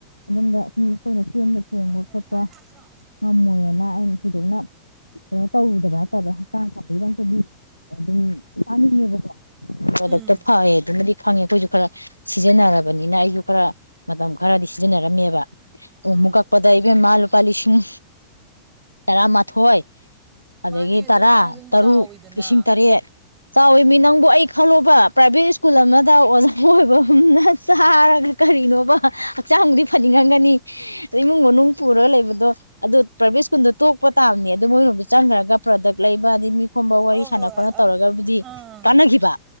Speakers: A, on the left; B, on the right.
A: ꯑꯗꯣꯝꯗ ꯁꯨꯝ ꯑꯩꯈꯣꯏꯅ ꯆꯦꯟꯕ ꯆꯣꯡꯕ
B: ꯅꫭꯏ ꯖꯦꯊꯔ
A: ꯈꯣꯠꯄ
B: ꯂꯇ꯭ꯔꯣ
A: ꯉꯝꯃꯣꯏꯅ ꯑꯩꯅ ꯊꯣꯏꯗꯣꯛꯅ ꯀꯩꯅꯣ ꯇꯧꯔꯨꯗꯕ ꯍꯥꯏꯇꯥꯔꯦ ꯍꯛꯆꯥꯡ ꯁꯥꯄꯒꯤꯗꯃꯛꯇꯗꯤ ꯑꯗꯨꯝ ꯆꯥꯅꯤꯡꯉꯦꯕꯀꯣ
B: ꯎꯝ
A: ꯗꯛꯇ ꯐꯦ ꯑꯗꯨ ꯐꯪꯉꯦ ꯑꯩꯈꯣꯏꯁꯨ ꯈꯔ ꯁꯤꯖꯤꯟꯅꯔꯕꯅꯤꯅ ꯑꯩꯁꯨ ꯈꯔ ꯃꯇꯝ ꯈꯔꯗꯤ ꯁꯤꯖꯤꯟꯅꯔꯝꯃꯦꯕ ꯑꯣ
B: ꯎꯝ
A: ꯃꯒꯥꯄꯗ ꯏꯕ ꯃꯥꯜ ꯂꯨꯄꯥ ꯂꯤꯁꯤꯡ ꯇꯔꯥꯃꯥꯊꯣꯏ
B: ꯃꯥꯅꯦ
A: ꯑꯗꯒꯤ
B: ꯑꯗꯨꯃꯥꯏꯅ
A: ꯇꯔꯥ
B: ꯑꯗꯨꯝ ꯆꯥꯎꯋꯤꯗꯅ
A: ꯇꯔꯨꯛ ꯂꯤꯁꯤꯡ ꯇꯔꯦꯠ ꯆꯥꯎꯋꯤ ꯃꯤ ꯅꯪꯕꯨ ꯑꯩ ꯈꯜꯂꯣꯕ ꯄ꯭ꯔꯥꯏꯚꯦꯠ ꯁ꯭ꯀꯨꯜ ꯑꯃꯗ ꯑꯣꯖꯥ ꯑꯣꯏꯕꯅ ꯆꯥꯔꯒ ꯀꯔꯤꯅꯣꯕ ꯍꯛꯆꯥꯡꯕꯨꯗꯤ ꯐꯅꯤꯡꯉꯝꯒꯅꯤꯗ ꯏꯃꯨꯡ ꯃꯅꯨꯡ ꯄꯨꯔꯒ ꯂꯩꯕꯗꯣ ꯑꯗꯨꯣ ꯄ꯭ꯔꯥꯏꯚꯦꯠ ꯁ꯭ꯀꯨꯜꯗꯣ ꯇꯣꯛꯄ ꯇꯥꯕꯅꯦ ꯑꯗꯨ ꯃꯣꯏꯔꯣꯝꯗ ꯆꯪꯈ꯭ꯔꯒ ꯄ꯭ꯔꯗꯛ ꯂꯩꯕ ꯑꯗꯩ ꯃꯤ ꯈꯨꯝꯕ ꯋꯥꯔꯤ
B: ꯍꯣꯏ
A: ꯁꯥꯟꯅ
B: ꯍꯣꯏ ꯑ
A: ꯈꯣꯠꯅ ꯇꯧꯔꯒꯕꯨꯗꯤ
B: ꯑꯥ
A: ꯀꯥꯟꯅꯈꯤꯕ